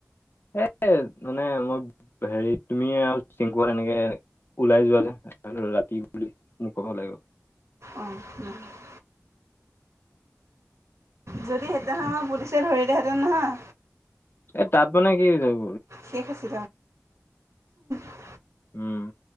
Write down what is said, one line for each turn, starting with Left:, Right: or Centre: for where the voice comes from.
Left: এ মানে মই হেৰি তুমি আৰু চিংকোহত এনেকে ওলাই যোৱা যে ৰাস্তা লৈ ৰাতি বুলি মোক ক'ব লাগিব।
Right: অ, <unintelligible> যদি সেইদিনাখন আমাক পুলিচে ধৰিলেহেঁতেন নহয়
Left: এ তাত মানে কি হৈ যাব?
Right: শেষ আছে <unintelligible>
Left: উম,